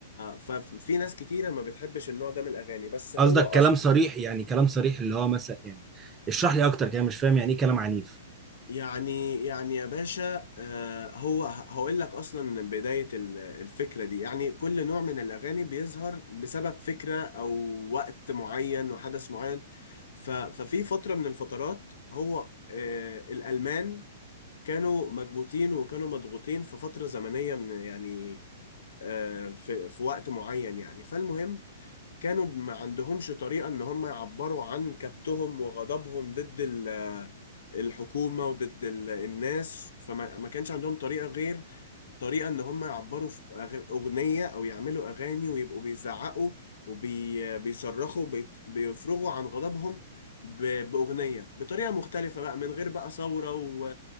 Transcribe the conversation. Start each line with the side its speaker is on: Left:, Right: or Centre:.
Left: ففي ناس كتيرة ما بتحبش النوع ده من الاغاني بس هو
Right: قصدك
Left: اصلا
Right: كلام صريح يعني كلام صريح اللي هو مثلا يعني اشرح لي اكتر كده مش فاهم يعني ايه كلام عنيف
Left: يعني يعني يا باشا آه، هو هقول لك اصلا بداية ال- الفكرة دي يعني كل نوع من الاغاني بيظهر بسبب فكرة او وقت معين وحدث معين ف- ففي فترة من الفترات هو آه، الالمان كانوا مكبوتين وكانوا مضغوطين في فترة زمنية من يعني آه، في في وقت معين يعني فالمهم كانوا ما عندهمش طريقة ان هم يعبروا عن كبتهم وغضبهم ضد ال- الحكومة وضد ال- الناس فما ما كانش عندهم طريقة غير طريقة إن هم يعبروا في أغ- أغنية أو يعملوا أغاني ويبقوا بيزعقوا وبيصرخوا بيفرغوا عن غضبهم ب- بأغنية بطريقة مختلفة بقى من غير بقى ثورة و